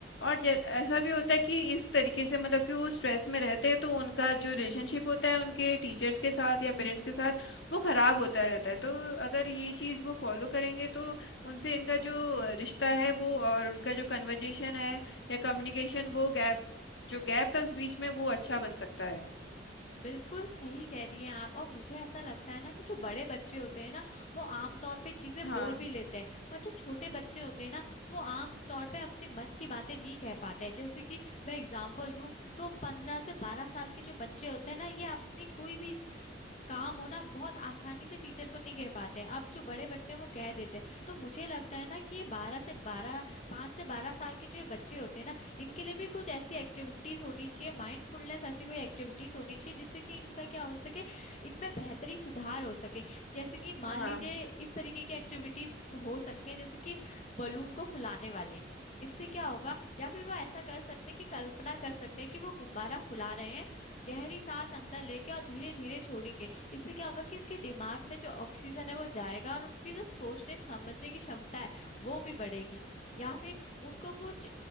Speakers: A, on the left; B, on the left.
A: और जै- ऐसा भी होता है कि इस तरीके से मतलब कि वो स्ट्रेस में रहते हैं तो उनका जो रिलेशनशिप होता है उनके टीचर्स के साथ या पेरेंट्स के साथ वो खराब होता रहता है तो अगर ये चीज़ वो फॉलो करेंगे तो उनसे इनका जो रिश्ता है वो और उनका जो कन्वर्जेशन है या कम्युनिकेशन वो गैप जो गैप है उस बीच में वो अच्छा बन सकता है
B: बिल्कुल सही कह रही हैं आप और मुझे ऐसा लगता है ना कि जो बड़े बच्चे होते हैं ना वो आमतौर पे चीजें
A: हाँ
B: बोल भी लेते हैं पर जो छोटे बच्चे होते हैं ना वो आमतौर पे अपने मन की बातें नहीं कह पाते हैं जैसे कि मैं एग्जांपल दूं तो पंद्रह से बारह साल के जो बच्चे होते हैं ना ये अपनी कोई भी काम होना बहुत आसानी से टीचर को नहीं कह पाते हैं अब जो बड़े बच्चे हैं वो कह देते हैं तो मुझे लगता है ना कि ये बारह से बारह पांच से बारह साल के जो ये बच्चे होते हैं ना इनके लिए भी कुछ ऐसी एक्टिविटीज होनी चाहिए माइंडफुलनेस ऐसी कोई एक्टिविटीज होनी चाहिए जिससे कि इनका क्या हो सके इनमें बेहतरी सुधार हो सके जैसे कि मान
A: हाँ
B: लीजिए इस तरीके की एक्टिविटीज हो सकती है जैसे कि बलून को फुलाने वाली इससे क्या होगा या फिर वो ऐसा कर सकते हैं कि कल्पना कर सकते हैं कि वो गुब्बारा फुला रहे हैं गहरी सांस अंदर लेके और धीरे धीरे छोड़ेंगे इससे क्या होगा कि उनके दिमाग में जो ऑक्सीजन है वो जाएगा और उनकी जो सोचने समझने की क्षमता है वो भी बढ़ेगी या फिर उनको कुछ